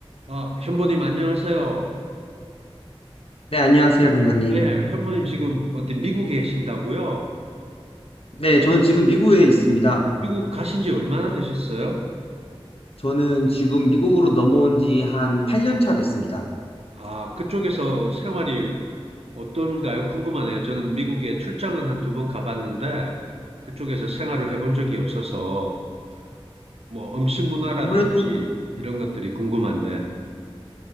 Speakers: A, on the right (about 80°); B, on the left (about 70°).
A: 아, 현보님 안녕하세요.
B: 네, 안녕하세요, 린사님
A: 예, 현보님 지금 어디 미국에 계신다고요?
B: 네, 저는 지금 미국에 있습니다.
A: 미국 가신 지 얼마나 되셨어요?
B: 저는 지금 미국으로 넘어온 지 한 8년 차 됐습니다.
A: 아, 그쪽에서 생활이 어떤가요? 궁금하네요. 저는 미국에 출장은 한 두 번 가봤는데 그쪽에서 생활을 해본 적이 없어서 뭐 음식 문화라든지
B: 아무래도, 네.
A: 이런 것들이 궁금한데.